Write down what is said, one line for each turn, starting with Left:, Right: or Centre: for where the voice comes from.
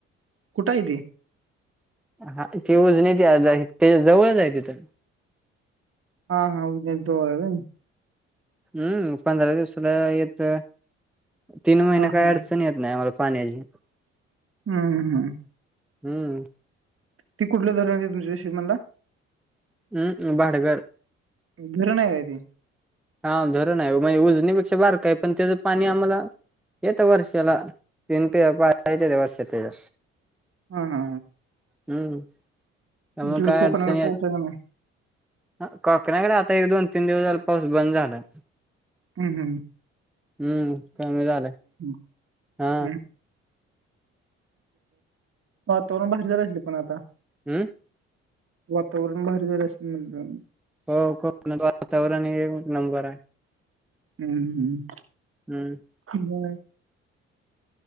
Right: कुटय ती
Centre: हा ती उजने त त्या जवळच आहे तिथ-
Right: हा हा उजनी जवळ हाय होय.
Centre: अम्म पंदरा दिवसाला येतं, तीन महिने
Right: हा
Centre: काय
Right: हा
Centre: अडच- येत नाही आमाला पाण्याची.
Right: हम हम
Centre: हम्म
Right: ती कुटलं धरण आहे तुमच्या पनीर मन्हला.
Centre: अम्म भाडगार
Right: धरण हवंय ते
Centre: हा धरण हाय म्हणजे उजनीपेक्षा बार का आहे पण त्याचं पाणी आम्हाला येत वर्षला तितन पाय त ते <unintelligible>
Right: ह हा
Centre: हम्म त्यामुळं
Right: तिकडे
Centre: काय
Right: कोकणाकडे
Centre: अडचणी
Right: पाऊस
Centre: आली.
Right: आहे का नाही
Centre: ह कोकणाकड आता एक दोन तीन दिवस झालं पाऊस बंद झालाय
Right: हम्म हम
Centre: हम्म कमी झालं
Right: <unintelligible>
Centre: हा
Right: वातावरण भारी झालं असले पण आता-
Centre: हम्
Right: वातावरण भारी जालं असल म्हणलं
Centre: होय कोकणात वातावरण एक नंबर हाय
Right: अम्म हम्म
Centre: हम्म
Right: वय <inaudible>